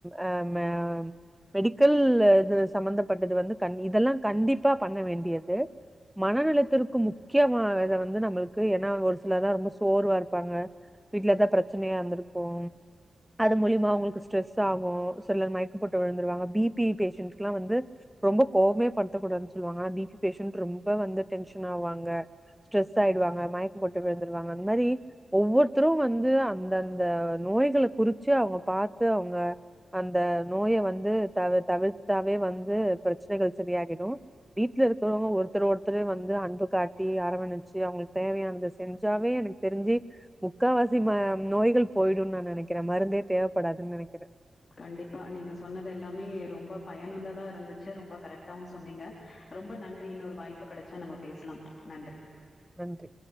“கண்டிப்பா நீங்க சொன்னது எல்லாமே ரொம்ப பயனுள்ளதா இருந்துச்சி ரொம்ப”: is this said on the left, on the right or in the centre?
Left